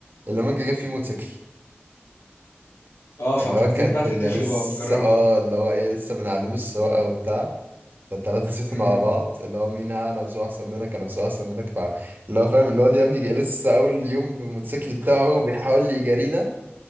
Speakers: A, on the right; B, on the left.
A: اللي مانجا جاب فيه موتوسيكل
B: اه فهتنزلين
A: اللي هو كان
B: بقى
A: كنا
B: تحتفلوا
A: لسه
B: بقى وتجربوا
A: اه اللي هو ايه لسه بنعلمه السواقة وبتاع فالتلاتة سيفنا
B: امم
A: على بعض اللي هو مين ها انا بسوق احسن منك انا بسوق احسن منك فا اللي هو فاهم الواد يا ابني جاي لسه اول يوم بالموتوسيكل بتاعه بيحاول يجارينا